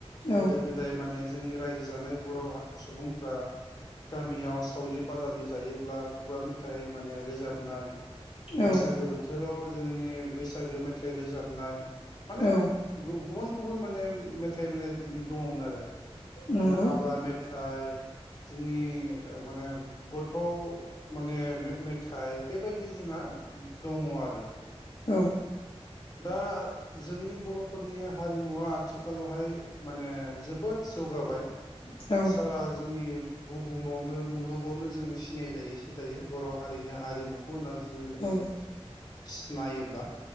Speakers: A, on the left (about 55°); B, on the left (about 35°).
A: औ
B: गोदो-गोदाय माने जोंनि रायजो जानाय बर' सुबुंफ्रा गामियाव सावरि बादालि जायोब्ला खुगा मेथाइ माने रोजाबनाय बैसागो
A: औ
B: बोथोराव जोंनि बैसागो मेथाइ रोजाबनाय माने
A: औ
B: गुबुन गुबुन माने मेथाइ माने दङमोन आरो। नोङो
A: नंगौ
B: हाबा मेथाइ जोंनि ओ माने गथ' माने मे मेथाइ बेबायदि जोंहा दङ आरो।
A: औ
B: दा जोंनि बर'फोरनि हारिमुवा आथिखालावहाय माने जोबोद जौगाबाय।
A: औ
B: सारा जोंनि बुहुमावनो मुलुगावनो जोङो सिनाय जायोसो दायो। बर' हारिनि हारिमुखौ होनना जोङो जुदि
A: औ
B: सिनायोब्ला